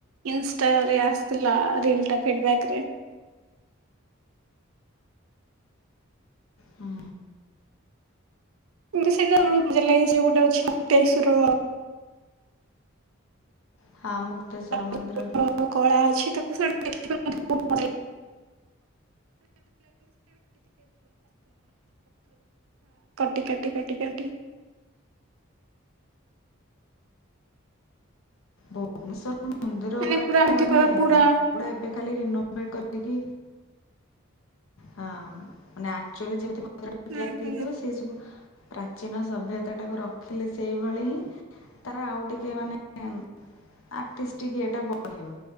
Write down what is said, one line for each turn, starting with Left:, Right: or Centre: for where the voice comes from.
Right: ଇନଷ୍ଟା ରେ ଆସିଥିଲା ରିଲ ଟା ଫିଡବ୍ୟାକ ରେ
Left: ହଁ।
Right: ଏମିତି ସେନା ଲ ସେ ଗୋଟେ ଅଛି ଉକ୍ତେଶ୍ବର
Left: ହଁ ମୁକ୍ତେଶ୍ଵର
Right: କଳା
Left: ମନ୍ଦିର
Right: ଅଛି ତାକୁ ସେଇଟା ମତେ ବହୁ ଭ ଲାଗେଟି କଟି କଟି କଟି
Left: ହ ମୁନ୍ଦିର
Right: ମାନେ
Left: ଗୁଡାକ
Right: ପୁରା ଏମିତି
Left: ମାନେ
Right: କହିବା ପୁରା
Left: ଏବେ କା ଖାଲି ରିନ୍ୟୁ ମେଟ୍ କରିକି ହଁ ମାନେ ଆକ୍ଚୁଆଲି ଯେମିତି
Right: ହୁଁ
Left: ତିଆରି
Right: ହୁଁ
Left: ହେଇଥିବ ସେ ସବୁ ପ୍ରାଚୀନ ସଭ୍ୟତା ଟାକୁ ରଖିଲି ସେଇଭଳି ହିଁ ତାର ଆଉ ଟିକେ ମାନେ ଆକ୍ଟିଷ୍ଟଟିିକ ଏଟା ବ ପଢିବ